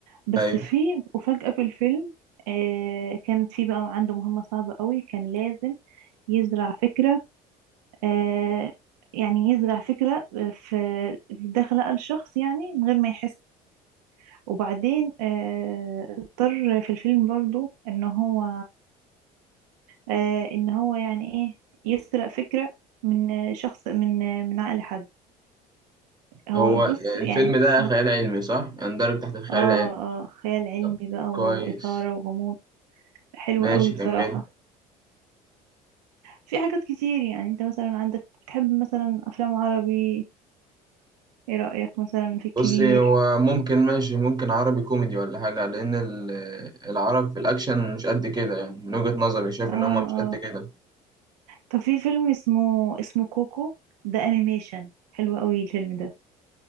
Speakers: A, on the right; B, on the right.
A: بس
B: ايوه
A: في وفجأة في الفيلم آه كانت في بقى عنده مهمة صعبة قوي كان لازم يزرع فكرة آه يعني يزرع فكرة آه، في في داخل عقل شخص يعني من غير ما يحس وبعدين آه اضطر في الفيلم برضو ان هو آه ان هو يعني ايه يسرق فكرة من شخص من من عقل حد هو
B: هو
A: بص
B: الفيلم
A: يعني
B: ده
A: آه،
B: خيال علمي صح؟ يندرج تحت الخيال
A: اه
B: العلمي
A: اه خيال علمي
B: طب
A: بقى وإثارة
B: كويس
A: وغموض حلو
B: ماشي
A: قوي بصراحة
B: كمل
A: في حاجات كتير يعني انت مثلا عندك بتحب مثلا أفلام عربي ايه رأيك مثلا في الكبير
B: بصي هو ممكن ماشي ممكن عربي كوميدي ولا حاجة لأن ال- العرب في الأكشن مش قد كده يعني من وجهة نظري شايف
A: اه
B: إن هما مش قد
A: اه
B: كده
A: طب في فيلم اسمه اسمه كوكو ده انيميشن حلو قوي الفيلم ده